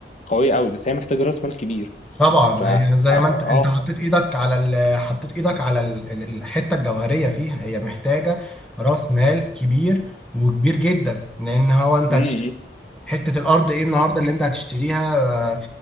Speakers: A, on the left; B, in the centre.
A: قوية قوي بس هي محتاجة راس مال كبير
B: طبعا
A: ف اه
B: هي زي
A: آه.
B: ما انت انت حطيت ايدك على ال... حطيت ايدك على ال... ال- الحته الجوهريه فيها هي محتاجه راس مال كبير وكبير جدا لان هو انت
A: م-
B: هتشتري
A: م.
B: حته الارض ايه النهارده اللي انت هتشتريها آه،